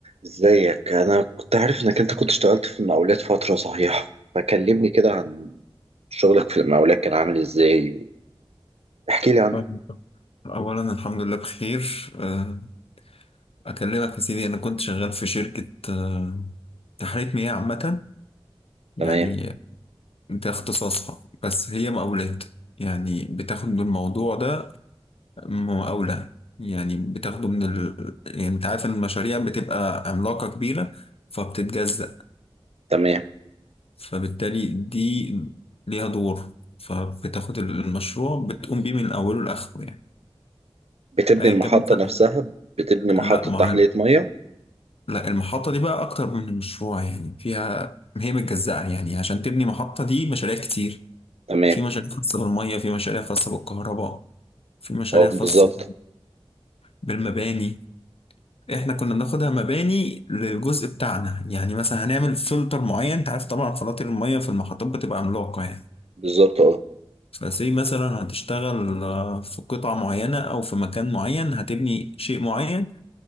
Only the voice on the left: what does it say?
طيب، أولا الحمد لله بخير أه، أكلمك يا سيدي أنا كنت شغال في شركة أه، تحلية مياه عامة
يعني ده اختصاصها بس هي مقاولات يعني بتاخد الموضوع ده مقاولة يعني بتاخده من ال... يعني أنت عارف إن المشاريع بتبقى عملاقة كبيرة فبتتجزأ
فبالتالي دي ليها دور فبتاخد المشروع بتقوم بيه من أوله لآخره يعني
أيا
كان مثلا
لا ما
هو
لا المحطة دي بقى أكتر من مشروع يعني فيها هي متجزأة يعني عشان تبني محطة دي مشاريع كتير
في مشاريع خاصة بالمية في مشاريع خاصة بالكهرباء في مشاريع
خاصة بالمباني احنا كنا بناخدها مباني للجزء بتاعنا يعني مثلا هنعمل فلتر معين انت عارف طبعا فلاتر المية في المحطات بتبقى عملاقة يعني
فسي مثلا هتشتغل آه، في قطعة معينة أو في مكان معين هتبني شيء معين